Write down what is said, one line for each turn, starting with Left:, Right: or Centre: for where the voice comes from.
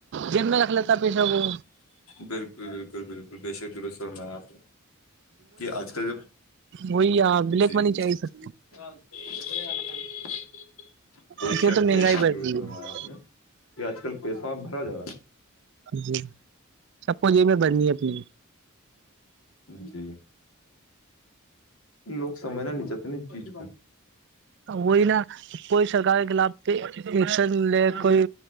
Right: دم میں رکھ لیتا پیشہ وہ
Left: بالکل بالکل بالکل بے شرت السور میںا آپ کہ آج کل جب
Right: وہی آ بلیک
Left: جی
Right: منی چاہیے سک
Left: <unintelligible> بے
Right: اس لیے
Left: شک
Right: تو مہنگائی
Left: بے شک
Right: بڑھ
Left: ر
Right: رہی
Left: کرما
Right: ہے
Left: آپ نے یہ آج کل پیسہ آپ بھرا جا رہا ہے
Right: جی سب کوجی میں بڑنی ہے اپنی
Left: جی لوگ سجھنا نہیں چاہتے اس چیز کو
Right: وہی نا کوئی سرکار کے خلاف پ ایکشن لے
Left: بے
Right: کوئی